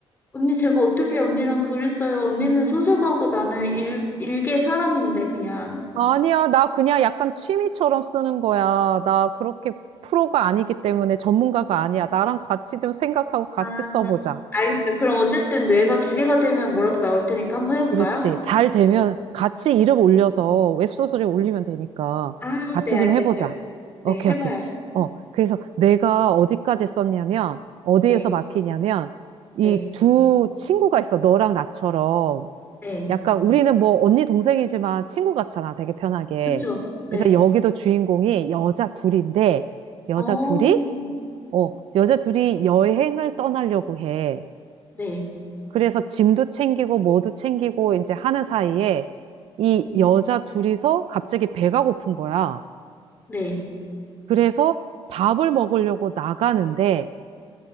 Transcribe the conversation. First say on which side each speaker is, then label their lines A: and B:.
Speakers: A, on the left; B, on the right.
A: 언니, 제가 어떻게 언니랑 글을 써요? 언니는 소설가고 나는 일, 일개 사람인데, 그냥.
B: 아니야. 나 그냥 약간 취미처럼 쓰는 거야. 나 그렇게 프로가 아니기 때문에 전문가가 아니야. 나랑 같이 좀 생각하고 같이
A: 아,
B: 써보자.
A: 알겠어요. 그럼 어쨌든 뇌가 두 개가 되면 뭐라도 나올 테니까 한번 해볼까요?
B: 그렇지. 잘 되면
A: 네.
B: 같이 이름 올려서 웹소설에 올리면 되니까
A: 아,
B: 같이
A: 네, 알겠어요.
B: 좀 해보자. 오케이,
A: 네, 해봐요.
B: 오케이. 어, 그래서 내가 어디까지 썼냐면, 어디에서
A: 네,
B: 막히냐면, 이
A: 네,
B: 두 친구가 있어. 너랑 나처럼.
A: 네.
B: 약간 우리는 뭐 언니 동생이지만 친구 같잖아. 되게 편하게.
A: 그쵸? 네.
B: 그래서 여기도 주인공이 여자 둘인데, 여자
A: 어,
B: 둘이, 어, 여자 둘이 여행을 떠나려고 해.
A: 네.
B: 그래서 짐도 챙기고 뭐도 챙기고 이제 하는 사이에 이
A: 음,
B: 여자 둘이서 갑자기 배가 고픈 거야.
A: 네.
B: 그래서 밥을 먹으려고 나가는데